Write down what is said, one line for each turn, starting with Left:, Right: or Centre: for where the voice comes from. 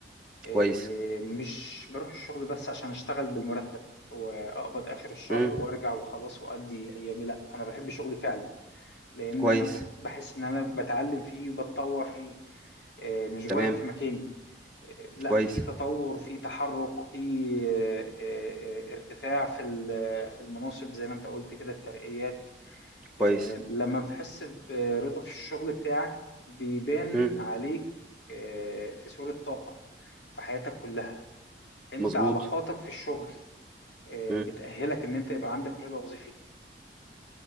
Left: آه،
Centre: كويس
Left: مش بروح الشغل بس عشان أشتغل بالمرتب وأقبض آخر الشهر
Centre: امم
Left: وأرجع وخلاص وأدي أيامي لأ أنا بحب شغلي فعلا لأن
Centre: كويس
Left: أنا بحس إن أنا بتعلم فيه وبتطور فيه آه، مش واقف
Centre: تمام
Left: في مكاني آه، لا
Centre: كويس
Left: في تطور في تحرك في آه، آه، آه، ارتفاع في ال- في المناصب زي ما انت قلت كده الترقيات
Centre: كويس
Left: آه، لما بتحس برضا في الشغل بتاعك بيبان
Centre: امم
Left: عليك آه، في صورة طاقة في حياتك كلها انت
Centre: مظبوط
Left: علاقاتك في الشغل آه،
Centre: امم
Left: بتأهلك ان انت يبقى عندك رضا وظيفي